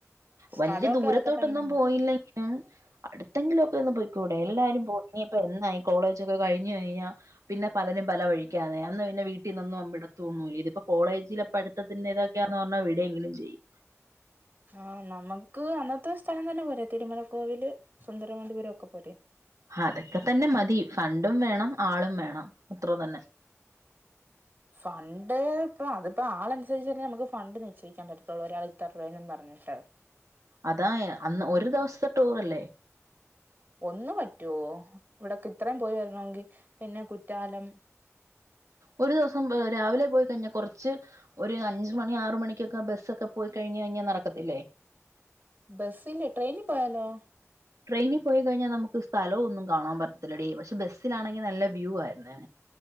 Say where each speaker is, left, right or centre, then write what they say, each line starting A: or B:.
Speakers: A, on the right (about 40°); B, on the right (about 80°).
A: സ്ഥലൊക്കെ
B: വല്ല്യ ദൂരത്തോട്ടൊന്നും
A: അതൊക്കെ തന്നെയാണ്
B: പോയില്ലെങ്കിലും യാ അടുത്തെങ്കിലും ഒക്കെ ഒന്ന് പോയിക്കൂടെ എല്ലാരും പോവും ഇനിയിപ്പോ എന്ന ഈ കോളേജ് ഒക്കെ കയ്ഞ്ഞു കഴിഞ്ഞാ പിന്നെ പലരും പല വഴിക്കാനെ അന്ന് പിന്നെ വീട്ടിന്നൊന്നും വിടതൊന്നുല്ല ഇതി ഇപ്പൊ കോളേജില് പട്ത്തത്തിന്റെ ഇതൊക്ക്യാന്ന് പർഞാ വിടെങ്കിലും ചെയ്യും.
A: ആഹ് നമക്ക് അന്നത്തെ സ്ഥലം തന്നെ പോരെ തിരുമലക്കോവില് സുന്ദരമണ്ണ്ടിപുരം ഒക്കെ പോരെ?
B: അതൊക്കെ തന്നെ മതി ഫണ്ടും വേണം ആളും വേണം അത്ര തന്നെ.
A: ഫണ്ട് ഇപ്പൊ അതിപ്പോ ആൾ അനുസരിച്ചന്നേ നമുക്ക് ഫണ്ട് നിശ്ചയിക്കാൻ പറ്റതൊള്ളു ഒരാൾ ഇത്ര രൂപെയും പറ്ഞ് പറഞ്ഞിട്ട്
B: അതായ അന്ന് ഒര് ദിവസത്തെ ടൂർ അല്ലേ?
A: ഒന്ന് പറ്റുവോ ഇവിടൊക്കെ ഇത്രയും പോയി വെര്ണോങ്കി പിന്നെ കുറ്റാലം
B: ഒര് ദിവസം ഈഹ് രാവിലെ പോയി കഴിഞ്ഞ കൊർച്ച് ഒര് അഞ്ച് മണി ആറ് മണിക്കൊക്കെ ബെസ്സൊക്കെ പോയി കഴ്‌ഞ് കഴിഞ്ഞാ നടക്കത്തില്ലേ?
A: ബെസ്സില് ട്രെയിനി പോയാലോ?
B: ട്രെയിനി പോയി കഴിഞ്ഞാ നമുക്ക് സ്ഥലവും ഒന്നും കാണാൻ പറ്റത്തില്ലേടീ പക്ഷെ ബസിലാണെങ്കിൽ നല്ല വ്യൂ ആയിര്ന്നേനെ.